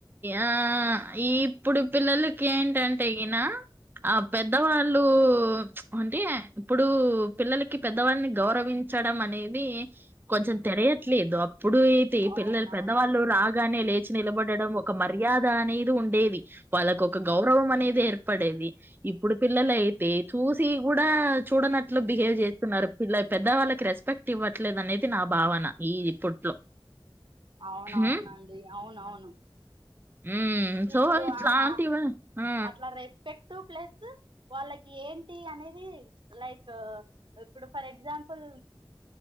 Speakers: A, on the right; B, on the right.
A: ఆ ఈ ఇప్పుడు పిల్లలకి ఏంటంటే ఈయన ఆ పెద్దవాళ్ళు అంటే ఇప్పుడు పిల్లలకి పెద్దవాళ్ళని గౌరవించడం అనేది కొంచెం తెలియట్లేదు అప్పుడు.
B: అవునవును
A: పిల్లలు పెద్దవాళ్ళు రాగానే లేచి నిలబడడం ఒక మర్యాద. అనే ఉండేవి. వాళ్ళకు ఒక గౌరవం అనేది ఏర్పడేది. ఇప్పుడు పిల్లల అయితే చూసి... కూడా చూడనట్లు బిహేవ్ చేస్తున్నారు. పెద్ద వాళ్ళకి రెస్పెక్ట్ ఇవ్వట్లేదు అనేది నా భావన. ఈ ఇప్పట్లో.
B: అవునవునండి
A: హ్మ్.
B: అవునవును.
A: హ్మ్. సో,
B: ఇప్పుడు
A: ఇట్లాంటివ
B: ఆ ఆ
A: ఆ!
B: అట్లా రెస్పెక్ట్. దటూ, ప్లస్ వాళ్ళకి ఏంటి అనేది లైక్ ఇప్పుడు ఫర్ ఎగ్జాంపుల్